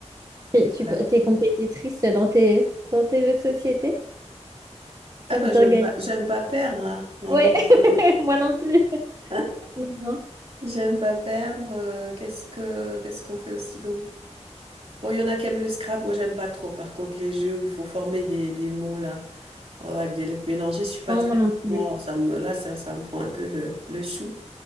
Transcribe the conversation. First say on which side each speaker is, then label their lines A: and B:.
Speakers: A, on the right (about 30°); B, on the right (about 60°).
A: T'es, tu,
B: Voilà.
A: peux- t'es compétitrice dans tes, dans tes jeux de société?
B: Ah
A: T'aimes
B: bah
A: bien
B: j'aime
A: gagner?
B: pas, j'aime pas perdre. hein. Non,
A: Ouais,
B: non.
A: <laughs> moi non plus.
B: Hein
A: Non, non.
B: J'aime pas perdre. euh, qu'est-ce que, qu'est-ce qu'on fait aussi d'autre? Bon, il y en a qui aiment le scrap, moi j'aime pas trop. Par contre, les jeux où il faut former des, des mots là, euh, avec des lettres mélangées, je suis pas
A: Non,
B: très.
A: moi non plus.
B: Non, ça me, là, ça, ça me prend un peu le, le chou.